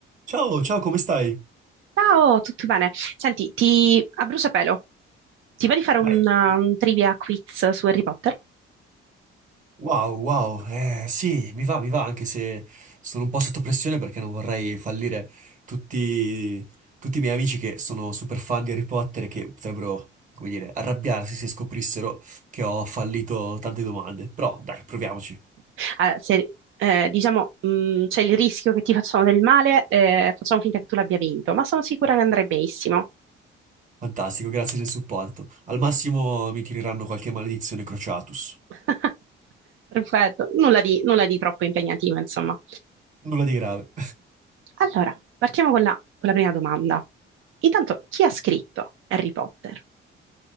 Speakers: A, on the right; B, on the right.
A: Ciao, ciao, come stai?
B: Ciao, tutto bene? Senti, ti, a bruciapelo, ti va di fare un,
A: Vai.
B: uh, un trivia quiz su Harry Potter?
A: Wow, wow, eh, sì, mi va, mi va, anche se sono un po' sotto pressione perché non vorrei fallire tutti, tutti i miei amici che sono super fan di Harry Potter e che potrebbero, come dire, arrabbiarsi se scoprissero che ho fallito tante domande. Però, dai, proviamoci.
B: Ah, se- eh, diciamo, mh, c'è il rischio che ti facciano del male, eh, facciamo finta che tu l'abbia vinto, ma sono sicura che andrai benissimo.
A: Fantastico, grazie del supporto. Al massimo mi tireranno qualche maledizione Crociatus.
B: <laughs> Perfetto, nulla di, nulla di troppo impegnativo, insomma.
A: Nulla di grave.
B: Allora, partiamo con la, con la prima domanda. Intanto, chi ha scritto Harry Potter?